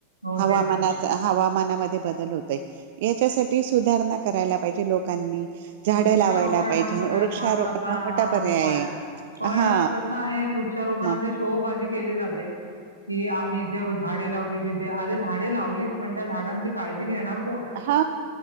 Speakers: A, on the right (about 85°); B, on the right (about 55°).
A: हो,
B: हवामानाचा
A: तेच ना.
B: हवामान बदल होत आहे याच्यासाठी सुधारणा करायला पाहिजे लोकांनी झाडं
A: वृक्षारोपण
B: लावायला पाहिजे
A: हा सगळ्यात
B: वृक्षारोपण
A: महत्त्वाचा
B: मोठा पर्याय
A: उपाय आहे पण
B: हा
A: कसं आहे वृक्षारोपणाची
B: म
A: शोबाजी केली जाते कि आम्ही इथे झाडे लावली तिथे अरे झाडे लावलीत पण त्या झाडांची काळजी घेणार कोण
B: हा